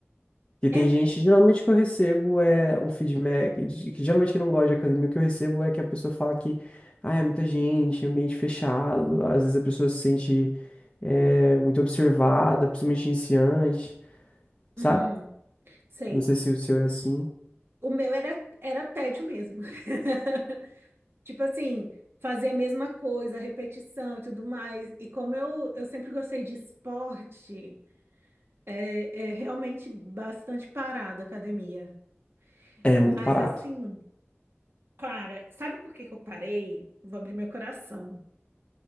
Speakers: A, on the left; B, on the right.
A: Porque
B: É,
A: tem gente,
B: é-
A: geralmente que eu recebo é um feedback, de- que geralmente que não gosta de academia, o que eu recebo é que a pessoa fala que, ah, é muita gente, ambiente fechado, às vezes a pessoa se sente é, muito observada, principalmente iniciante, sabe?
B: uhum, sei.
A: Não sei se o seu é assim.
B: O meu era, era tédio mesmo. <laughs> Tipo assim, fazer a mesma coisa, repetição e tudo mais. E como eu, eu sempre gostei de esporte, é, é realmente bastante parado a academia.
A: É
B: Mas
A: muito parado.
B: assim. Cara, sabe por que que eu parei? Vou abrir meu coração.